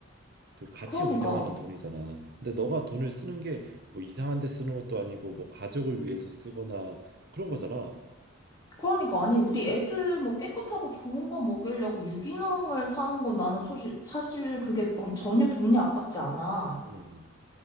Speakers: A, on the right (about 50°); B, on the left (about 20°).
A: 그 같이
B: 그러니까.
A: 운영하는 돈이잖아. 근데 너가 돈을 쓰는 게 뭐 이상한 데 쓰는 것도 아니고 뭐 가족을 위해서 쓰거나 그런 거잖아.
B: 그러니까 아니 우리 애들 뭐 깨끗하고 좋은 거 먹이려고 유기농을 사는 건 나는 사실 사실 그게 난 전혀 돈이 아깝지 않아.
A: 음,